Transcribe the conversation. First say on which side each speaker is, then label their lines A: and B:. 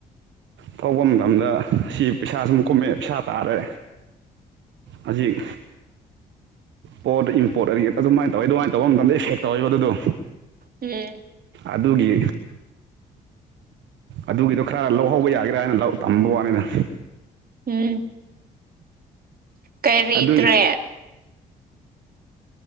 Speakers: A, on the right (about 65°); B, on the right (about 50°).
A: ꯊꯣꯛꯄ ꯃꯇꯝꯗ ꯁꯤ ꯄꯩꯁꯥ ꯁꯨꯝ ꯀꯨꯝꯃꯛꯑꯦ ꯄꯩꯁꯥ ꯇꯥꯔꯦ ꯍꯧꯖꯤꯛ ꯄꯣꯠ ꯏꯝꯄꯣꯠ ꯑꯒꯤ ꯑꯗꯨꯃꯥꯏꯅ ꯇꯧꯋꯤ ꯑꯗꯨꯃꯥꯏꯅ ꯇꯧꯕ ꯃꯇꯝꯗ ꯑꯦꯐꯦꯛ ꯇꯧꯋꯦꯕ ꯑꯗꯨꯗꯣ
B: <unintelligible>
A: ꯑꯗꯨꯒꯤ ꯑꯗꯨꯒꯤꯗꯣ ꯈꯔ ꯂꯧꯍꯧꯕ ꯌꯥꯒꯦꯔꯥꯅ ꯇꯝꯕ ꯋꯥꯅꯤꯗ
B: ꯎꯝ ꯀꯔꯤ
A: ꯑꯗꯨ
B: ꯇ꯭ꯔꯦꯠ